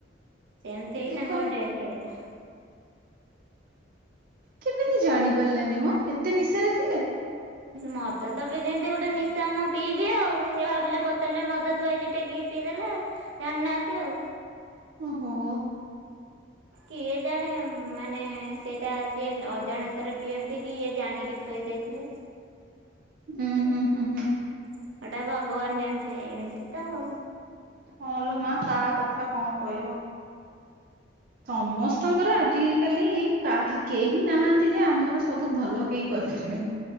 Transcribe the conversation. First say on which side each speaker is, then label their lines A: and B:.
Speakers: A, on the right (about 80°); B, on the right (about 50°).
A: ସେମିତି ହେଇକି
B: ଦେଖ
A: ତାଙ୍କର ଡେଥ ହେଇଗଲା।
B: କେମିତି ଜାଣି ପାରିଲେନି ମ ଏତେ ନିଶାରେ ଥିଲେ?
A: ମଦ ତ ବି ଯେମିତି ଗୋଟେ ନିଶା ମୁଁ ପିଇବି ଆଉ ସେ ଭାବିଲେ ବୋତଲରେ ମଦ ତୁ ଆଜି ଟେକି ପିଇଦେଲେ ଆଉ ଜାନାହାନ୍ତି ଆଉ।
B: ଓହୋ।
A: କିଏ ଜାଣେ ମାନେ ସେଇଟା ଜିଏ ଅଜାଣତରେ ପିଅନ୍ତି କି ଇଏ ଜାଣିକି ଥୋଇ ଦେଇଥିଲେ।
B: ହୁଁ ହୁଁ ହୁଁ ହୁଁ।
A: ସେଟା ଭଗବାନ ଜାଣିଥିବେ ଏମତି ତଉ।
B: ହଁଲୋ ମା କାହା କଥା କଣ କହିବ। ସମସ୍ତଙ୍କର ଆଜିକାଲି କା କେହି ନାହାନ୍ତି ଯେ ଆମର ସବୁ ଭଲ କେଇ କରିଥିବେ।